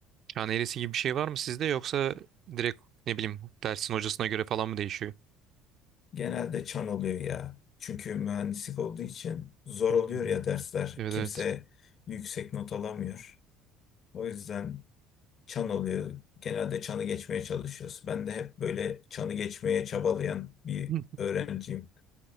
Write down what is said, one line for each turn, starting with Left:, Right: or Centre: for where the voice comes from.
Right: Yani eresi gibi bir şey var mı sizde yoksa direkt ne bileyim dersin hocasına göre falan mı değişiyor?
Left: Genelde çan oluyor ya. Çünkü mühendislik olduğu için zor
Right: Hı.
Left: oluyor ya dersler.
Right: Evet
Left: Kimse
Right: evet.
Left: yüksek not alamıyor. O yüzden çan oluyor. Genelde çanı geçmeye çalışıyoruz. Ben de hep böyle çanı geçmeye çabalayan bir
Right: Hı.
Left: öğrenciyim.